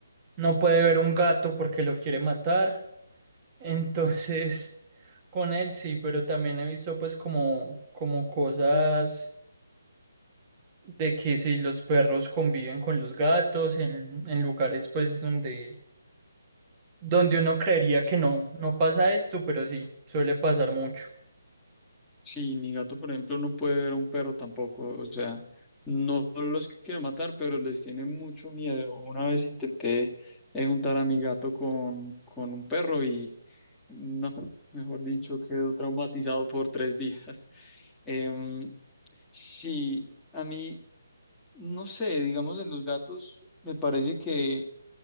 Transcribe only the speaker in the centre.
Sí, mi gato, por ejemplo, no puede ver a un perro tampoco, o sea, no los quiere matar, pero les tiene mucho miedo. Una vez intenté eh, juntar a mi gato con, con un perro y no, mejor dicho, quedó traumatizado por tres días. <laughs> Em, sí, a mí, no sé, digamos, en los gatos me parece que,